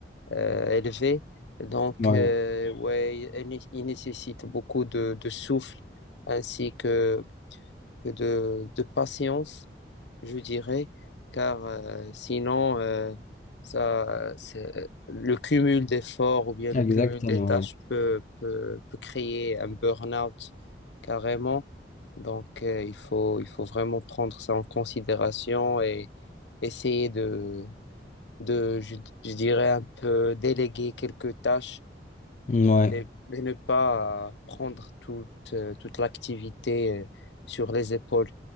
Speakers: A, on the left; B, on the left.
A: euh, élevé. Donc,
B: Ouais,
A: euh, ouais, il, né- il nécessite beaucoup de, de souffle ainsi que, que de, de patience je dirais, car euh, sinon, euh, ça, c'est- euh, le cumul d'efforts ou bien
B: exactement.
A: le cumul des tâches peut, peut, peut créer un burn-out carrément. Donc, euh, il faut, il faut vraiment prendre ça en considération et essayer de, de je, je dirais, un peu déléguer quelques tâches
B: Ouais. Ouais.
A: et, et ne pas euh, prendre toute, euh, toute l'activité euh, sur les épaules.